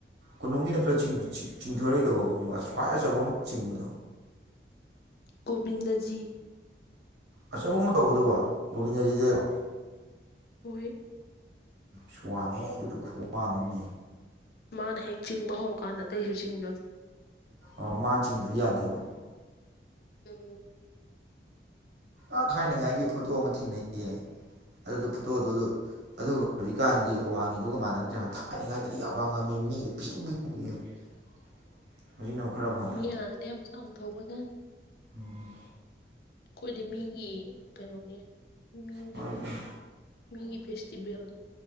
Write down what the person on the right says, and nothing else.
ꯀꯣꯅꯨꯡꯒꯤ ꯅꯠꯇ꯭ꯔ ꯆꯤꯡ ꯆꯤꯡꯊꯣꯔꯛꯏꯗꯧꯕ ꯈ꯭ꯋꯥꯏ ꯑꯆꯧꯕ ꯑꯃ ꯆꯤꯡꯕ
ꯑꯆꯧꯕ ꯑꯃ ꯇꯧꯕꯗꯕꯨ ꯒꯣꯕꯤꯟꯗꯖꯤꯗꯩꯔꫭ
ꯁ ꯋꯥꯡꯉꯦ ꯑꯗꯨꯗ ꯈꯋꯥꯡꯉꯝꯅꯤ
ꯑꯣ ꯃꯥ ꯆꯤꯡꯗ ꯌꯥꯗꯦꯕ
ꯑꯥ ꯊꯥꯏꯅꯉꯥꯏꯒꯤ ꯐꯣꯇꯣ ꯑꯃ ꯊꯦꯡꯅꯩꯌꯦ ꯑꯗꯨꯗ ꯐꯣꯇꯣꯗꯨ ꯑꯗꯨꯒ ꯍꯧꯖꯤꯛꯀꯥꯟꯒꯤ ꯑꯋꯥꯡꯉꯤꯗꯨꯒ ꯃꯥꯟꯅꯗ꯭ꯔꯦ ꯊꯥꯏꯔꯤꯉꯩꯗꯗꯤ ꯌꯥꯝ ꯋꯥ ꯉꯥꯡꯝꯃꯤꯕ ꯃꯤꯗ ꯄꯤꯁꯤꯟ ꯄꯕ <inaudible> ꯍꯧꯖꯤꯛ ꯅꯝ ꯈꯔꯥꯎ ꯋꯥ
ꯎꯝ
ꯃꯥꯅ ꯇꯧꯕ